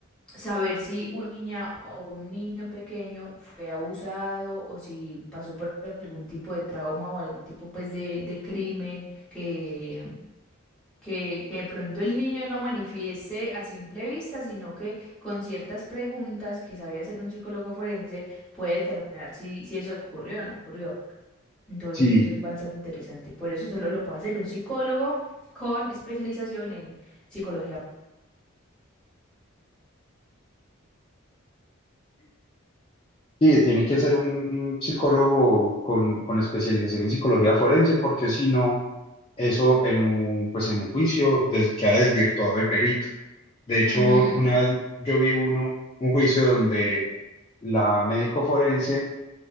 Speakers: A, in the centre; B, on the left.
A: saber si una niña o un niño pequeño fue abusado o si pasó por algún tipo de trauma o algún tipo pues de, de crimen que que, que de pronto el niño no manifieste a simple vista, sino que con ciertas preguntas que sabía hacer un psicólogo forense puede determinar si, si eso ocurrió o no ocurrió. Entonces
B: sí.
A: eso es bastante interesante. Por eso solo lo puede hacer un psicólogo con especialización en psicología.
B: Sí, tiene que ser un, un psicólogo con, con especialización en psicología forense, porque si no, eso en un, pues en un juicio des- queda desvirtuado el perito. De hecho,
A: Ujú.
B: una vez yo vi uno, un juicio donde la médico forense